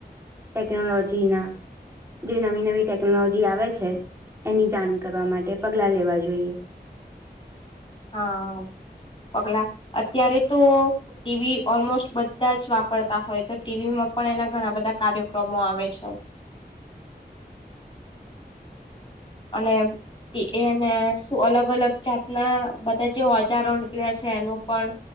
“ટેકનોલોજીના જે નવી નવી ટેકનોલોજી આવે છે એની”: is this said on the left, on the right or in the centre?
Right